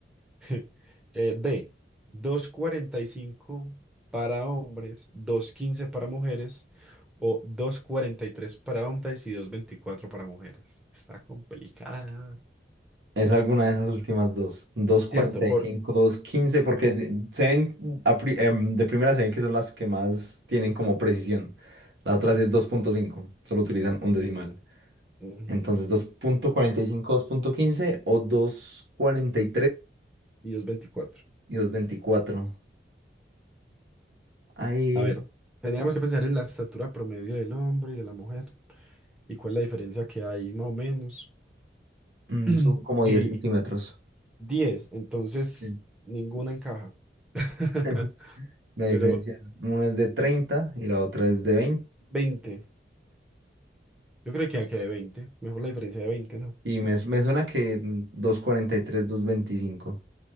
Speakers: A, in the centre; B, on the right.
A: <laughs> Eh, D, dos cuarenta y cinco para hombres, dos quince para mujeres o dos cuarenta y tres para hombres y dos veinticuatro para mujeres. Está complicada.
B: Es alguna de esas últimas dos. dos
A: Cierto,
B: 2.15,
A: por...
B: porque de- se ven, a pri- em, de primera se ven que son las que más tienen como precisión. Las otras es dos punto cinco solo utilizan un
A: eh,
B: decimal.
A: ujú,
B: Entonces dos dos punto cuarenta y cinco dos punto quince o dos cuarenta y
A: Y 2.24.
B: 2.24. Ahí
A: A ver, tendríamos que pensar en la estatura promedio del hombre y de la mujer y cuál es la diferencia que hay más o menos.
B: mm,
A: <clears throat>
B: son como
A: Y
B: 10 centímetros.
A: diez entonces
B: Sí.
A: ninguna encaja. <laughs>
B: <laughs> La diferencia
A: Pero
B: es, una es de 30 y la otra es de veinte
A: 20. Yo creo que aquí de veinte Mejor la diferencia de veinte ¿no?
B: Y me, me suena que dos cuarenta y tres dos veinticinco